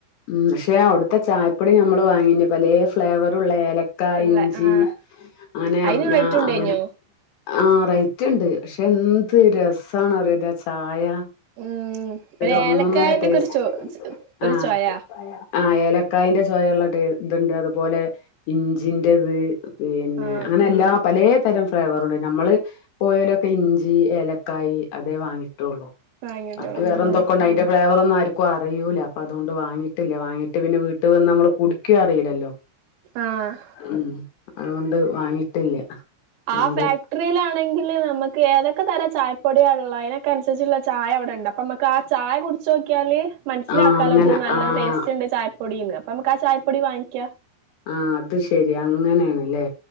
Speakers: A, on the left (about 60°); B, on the right (about 85°).
A: ഉം പക്ഷെ അവ്ട്ത്തെ ചായപ്പൊടി ഞമ്മള് വാങ്ങീനി പലേ ഫ്ലേവറുള്ള ഏല ക്ക,
B: ഇള്ള
A: ഇഞ്ചി
B: ആഹ്
A: അങ്ങനെ
B: അയിന്
A: ഞ്ഞം
B: റേറ്റ്
A: ആ
B: ഉണ്ടേനോ
A: അങ്ങനെ ആഹ് റൈറ്റ്ണ്ട് പക്ഷെ എന്ത് രസാന്നറിയോന്നോലാ ചായ
B: ഉം
A: ഒരൊന്നൊന്നര
B: ഒരു ഏലക്കായന്റെ
A: ടേസ്റ്റ്
B: ഒക്കെ ഒരു ചൊ ഒരു
A: ആഹ്
B: ചൊയാ
A: ആ ഏലക്കായിന്റെ ചൊയള്ള ടേ ത്ണ്ട് അതുപോലെ ഇഞ്ചിന്റത് പിന്നെ
B: ആഹ്
A: അങ്ങനെല്ലാപ് പലേ തരം ഫ്ലേവറുണ്ട് ഞമ്മള് പോയോലൊക്കെ ഇഞ്ചി ഏലക്കായി അതേ വാങ്ങിട്ടൊള്ളു
B: വാങ്ങിണ്ടോണം
A: ബാക്കി വേറെന്തൊക്കൊണ്ട്
B: ആഹ്
A: അയ്ന്റെ ഫ്ലേവറൊന്നും ആര്ക്കും അറിയൂല്ല അപ്പതോ ണ്ട് വാങ്ങിട്ടില്ല വാങ്ങിട്ട് പിന്നെ വീട്ട് വന്ന് ഞമ്മള് കുടിക്കൊ അറീല്ലല്ലോ
B: ആഹ്
A: ഉം അതോണ്ട് വാങ്ങിട്ടില്ല
B: ആ
A: അണ്ട്
B: ഫാക്ടറിയിലാണെങ്കില് നമ്മക്ക് ഏതൊക്കെ തര ചായപ്പൊടിയാള്ളെ അയ്നൊക്കെ അൻസര്ച്ച്ള്ള ചായ അവടെണ്ട് അപ്പമ്മക്കാ ചായ കുടിച്ചോക്ക്യാല് മൻസ്സ്ലാക്കാലോ
A: ആഹ് അങ്ങനെ
B: ത് നല്ല
A: ആഹ്
B: ടേസ്റ്റ്ണ്ട് ചായപ്പൊടീന്ന് അപ്പമ്മക്ക് ആ ചായപ്പൊടി വാങ്ങിക്കാ
A: ആ അത് ശെരി അങ്ങനെണ്ല്ലേ